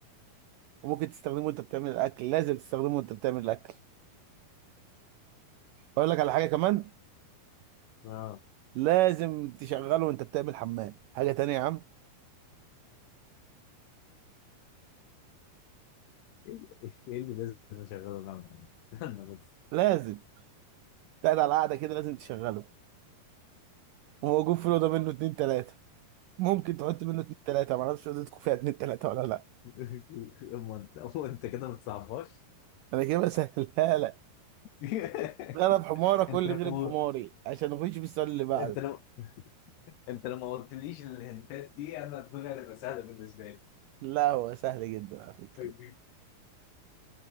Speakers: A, on the right (about 85°); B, on the left (about 80°).
A: وممكن تستخدمه وأنت بتعمل الأكل لازم تستخدمه وأنت بتعمل الأكل أقول لك على حاجة كمان
B: اه
A: لازم تشغله وأنت بتعمل حمام حاجة تانية يا عم
B: ايه اللي إيه اللي لازم اشغله ده يعني استنى بس
A: لازم قاعد على قاعده كده لازم تشغله وموجود في الاوضه منه اتنين تلاته ممكن تحط منه اتنين تلاته ما اعرفش اوضتكم فيها اتنين تلاته ولا لا
B: <laughs> اما انت أما انت كده ما بتصعبهاش
A: انا كده بسهلها لك
B: <laughs>
A: غلب حمارك قول
B: انت
A: لي
B: لو
A: غلب حماري عشان نخش في السؤال اللي بعده
B: انت لو انت لو ما قلتليش الهنتات دي انا الدنيا هتبقى سهله بالنسبه
A: لا هو سهل جدا على فكره
B: لي <laughs>